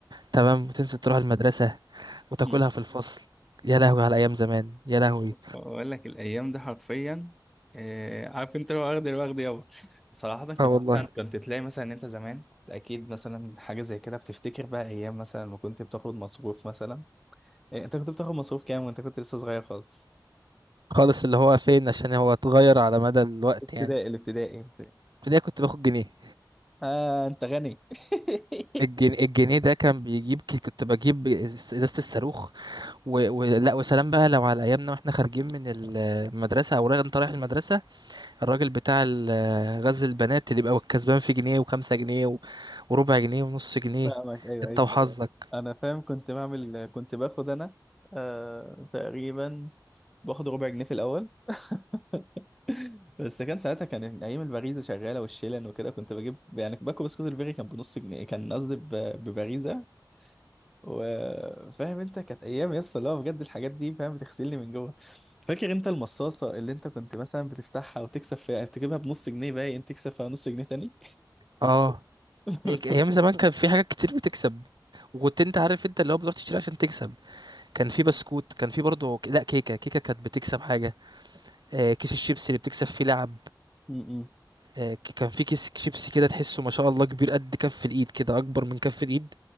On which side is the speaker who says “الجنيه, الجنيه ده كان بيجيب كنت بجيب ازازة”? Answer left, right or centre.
Right